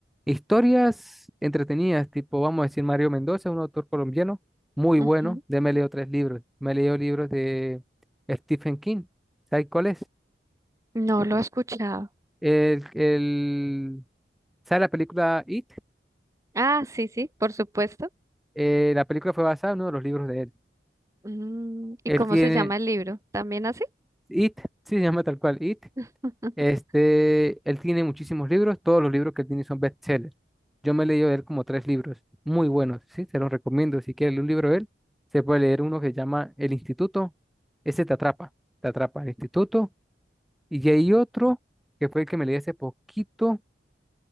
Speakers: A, in the centre; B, on the right.
A: historias entretenidas, tipo, vamos a decir, Mario Mendoza, un autor colombiano muy
B: Ujú.
A: bueno. Ya me leo tres libros. Me leo libros de Stephen King. ¿Sabes cuál es?
B: No lo he escuchado.
A: El, el, ¿sabe la película It?
B: Ah, sí, sí, por supuesto.
A: Eh, la película fue basada en uno de los libros de él.
B: Mm, ¿y
A: Él
B: cómo
A: tiene
B: se llama el libro? ¿También así?
A: It, sí, se llama tal cual It.
B: <laughs>
A: Este, él tiene muchísimos libros, todos los libros que tiene son bestsellers. Yo me he leído de él como tres libros, muy buenos, sí, se los recomiendo. Si quieres leer un libro de él, se puede leer uno que se llama El Instituto, ese te atrapa, te atrapa El Instituto. Y hay otro que fue el que me leí hace poquito,